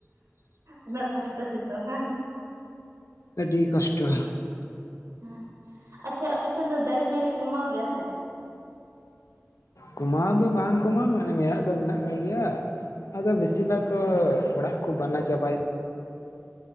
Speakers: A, on the right; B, on the left.
A: ᱩᱱᱟᱹᱜ ᱠᱚᱥᱴᱚ ᱥᱤᱛᱩᱝ ᱵᱟ
B: ᱟᱹᱰᱤ ᱠᱚᱥᱴᱚ ᱾
A: ᱦᱮᱸ ᱟᱪᱪᱷᱟ ᱟᱯᱮᱥᱮᱫ ᱫᱚ ᱫᱟᱨᱮ ᱱᱟᱹᱲᱤ ᱠᱚᱢᱟᱣ ᱜᱮᱭᱟ ᱥᱮ
B: ᱠᱚᱢᱟᱣ ᱫᱚ ᱵᱟᱝ ᱠᱚᱢᱟᱣᱟ ᱢᱟᱱᱮ ᱢᱮᱫ ᱫᱚ ᱢᱮᱱᱟᱜ ᱟᱠᱟᱫ ᱜᱮᱭᱟ ᱟᱫᱚ ᱵᱤᱥᱤᱨ ᱵᱷᱟᱜᱽ ᱚᱲᱟᱜ ᱠᱚ ᱵᱮᱱᱟᱣ ᱪᱟᱵᱟᱭᱮᱫᱟ